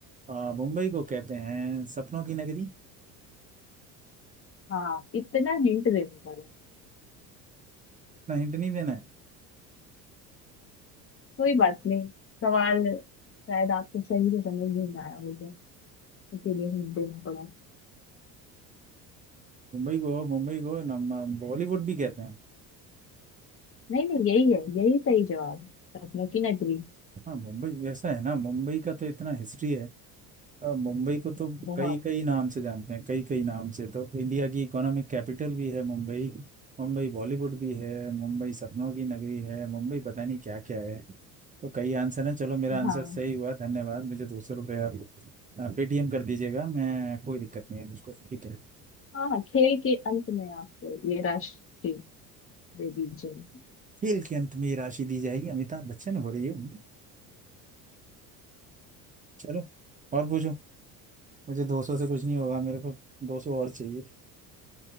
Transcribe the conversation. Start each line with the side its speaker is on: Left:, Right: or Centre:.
Right: आ, मुंबई को कहते हैं सपनों की नगरी
Left: हाँ इतना हिंट देना पड़ा
Right: इतना हिंट नहीं देना है
Left: कोई बात नहीं सवाल शायद आपको सही से समझ नहीं आया होगा इसीलिए हिंट देना पड़ा
Right: मुंबई को मुंबई को नम बॉलीवुड भी कहते हैं
Left: नहीं नहीं यही है यही सही जवाब है सपनों की नगरी
Right: हाँ मुंबई ऐसा है ना मुंबई का तो इतना हिस्ट्री है आ, मुंबई को तो
Left: बहुत
Right: कई कई नाम से जानते हैं कई कई नाम से तो इंडिया की इकोनॉमिक कैपिटल भी है मुंबई मुंबई बॉलीवुड भी है मुंबई सपनों की नगरी है मुंबई पता नहीं क्या क्या है तो कई आंसर है चलो मेरा आंसर
Left: हाँ
Right: सही हुआ धन्यवाद मुझे दो सौ रुपये आप पेटीएम कर दीजिएगा मैं कोई दिक्कत नहीं है मुझको ठीक है
Left: हाँ हाँ, खेल के अंत में आपको ये राशि दे दी जाएगी
Right: खेल के अंत में ये राशि दी जाएगी अमिताभ बच्चन हो रही है उनमें। चलो और पूछो मुझे दो सौ से कुछ नहीं होगा मेरे को दो सौ और चाहिए